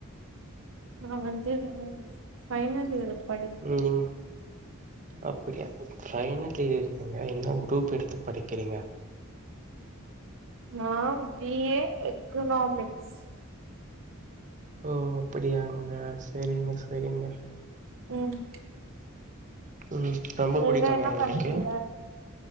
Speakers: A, on the right; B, on the right.
A: நா வந்து ஃபைனல் இயர் படிக்கிறே
B: நீங்க அப்படியா பைனல் இயர்ங்க என்ன குரூப் எடுத்து படிக்கிறீங்க
A: நா பி ஏ எக்கனாமிக்ஸ்
B: ஓ அப்டியாங்க செரிங்க செரிங்க
A: ம்
B: உ ரொம்ப
A: நீங்க
B: பிடிக்குமா
A: என்ன
B: உங்குளுக்கு
A: பண்றீங்க